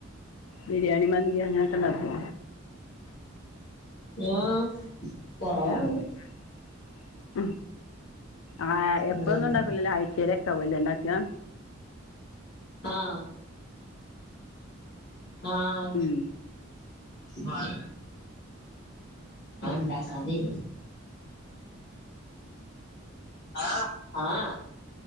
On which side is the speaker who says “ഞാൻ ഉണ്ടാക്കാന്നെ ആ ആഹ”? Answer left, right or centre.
Left